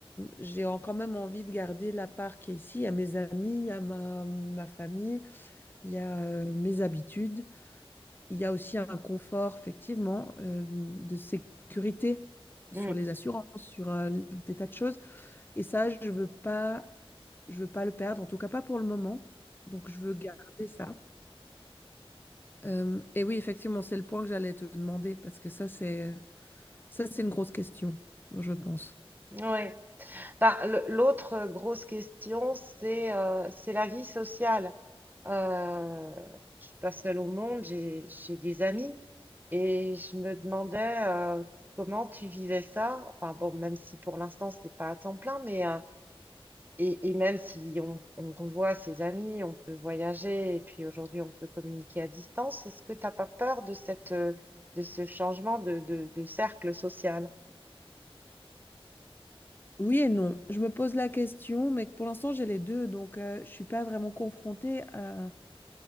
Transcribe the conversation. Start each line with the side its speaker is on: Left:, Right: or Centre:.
Left: j'ai en- quand même envie de garder la part qui est ici. Il y a mes amis, il y a ma, ma famille, il y a euh, mes habitudes. Il y a aussi un confort, effectivement, euh, de sécurité sur
Right: hmm,
Left: les assurances, sur euh, des tas de choses. Et ça, je veux pas, je veux pas le perdre, en tout cas pas pour le moment. Donc, je veux garder ça. Euh, et oui, effectivement, c'est le point que j'allais te demander parce que ça, c'est, ça, c'est une grosse question, je pense.
Right: hmm. Ouais. Bah, le- l'autre grosse question, c'est euh, c'est la vie sociale. Euh, je suis pas seule au monde, j'ai j'ai des amis et je me demandais euh, comment tu vivais ça. Enfin bon, même si pour l'instant c'est pas à temps plein, mais euh, Et, et même si on, on revoit ses amis, on peut voyager et puis aujourd'hui on peut communiquer à distance, est-ce que tu n'as pas peur de cette, euh, de ce changement de, de- de cercle social?
Left: Oui et non. Je me pose la question, mais pour l'instant, j'ai les deux, donc euh, je suis pas vraiment confrontée à,